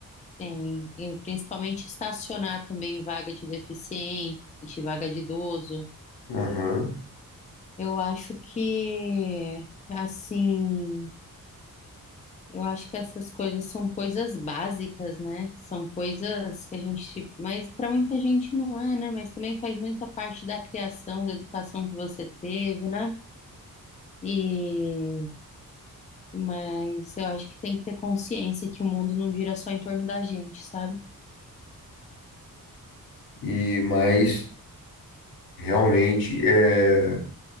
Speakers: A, on the left (about 20°); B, on the left (about 75°).
A: Tem. E principalmente estacionar também vaga de deficiente, vaga de idoso.
B: Aham.
A: Eu acho que, assim, eu acho que essas coisas são coisas básicas, né? São coisas que a gente, mas para muita gente não é, né? Mas também faz muita parte da criação, da educação que você teve, né? E Mas eu acho que tem que ter consciência que o mundo não gira só em torno da gente, sabe?
B: E, mas, realmente, é...